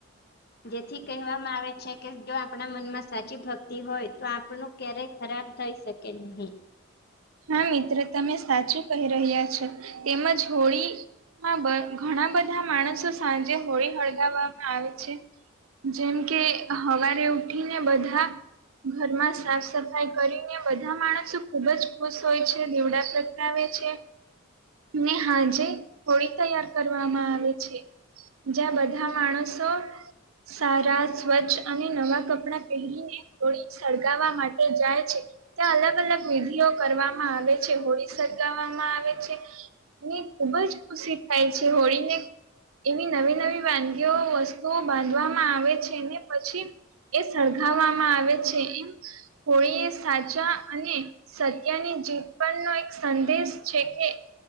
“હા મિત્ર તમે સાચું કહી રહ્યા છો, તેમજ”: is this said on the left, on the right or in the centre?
Right